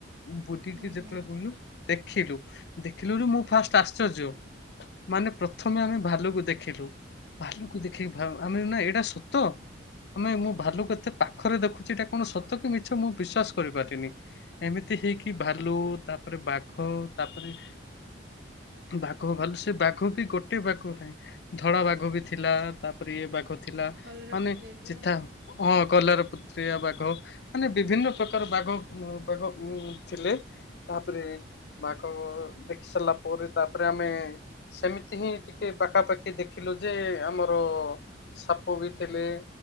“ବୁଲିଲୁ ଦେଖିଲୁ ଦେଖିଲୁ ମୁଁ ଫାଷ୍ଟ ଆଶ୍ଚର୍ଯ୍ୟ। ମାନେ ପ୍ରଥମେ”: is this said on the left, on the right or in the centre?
Left